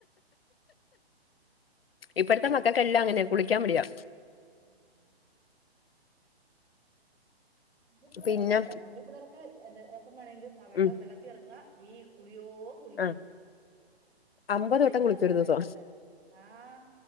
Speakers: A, on the left (about 65°); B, on the right (about 85°).
A: ഇപ്പടത്തെ മ ഒക്കെല്ലാംങ്ങനെ കുളിക്കാൻടിയാം
B: ആഹ് കുഞ്ഞി പിള്ളേർ
A: പിന്നെ
B: അങ്ങനെയല്ല കുഞ്ഞു പിള്ളർക്ക് എന്ത എപ്പം വേണെങ്കിലും ആ വെള്ളം
A: ഉം
B: വെള്ളത്തി ഇറങ്ങ ഈ കുളിയോ കുളിയാ
A: ആ അമ്പത്
B: വലുതാമ്പളാ
A: വട്ടം കുളിച്ചു ഒരു ദിവസം
B: വേണ്ടാത്ത ആഹ്